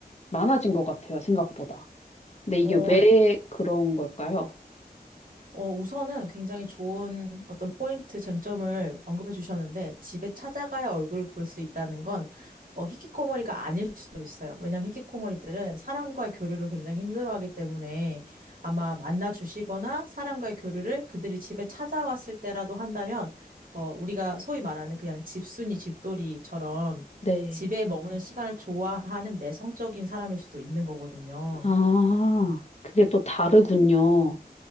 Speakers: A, on the left (about 40°); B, on the right (about 60°).
A: 많아진 것 같아요, 생각보다. 근데 이게
B: 어,
A: 왜 그런 걸까요?
B: 어, 우선은 굉장히 좋은 어떤 포인트 쟁점을 언급해 주셨는데 집에 찾아가야 얼굴을 볼 수 있다는 건 어, 히키코모리가 아닐 수도 있어요. 왜냐하면 히키코모리들은 사람과의 교류를 굉장히 힘들어하기 때문에 아마 만나 주시거나 사람과의 교류를 그들이 집에 찾아왔을 때라도 한다면 어, 우리가 소위 말하는 그냥 집순이 집돌이처럼
A: 네.
B: 집에 머무는 시간을 좋아하는 내성적인 사람일 수도 있는 거거든요.
A: 아, 그게 또 다르군요.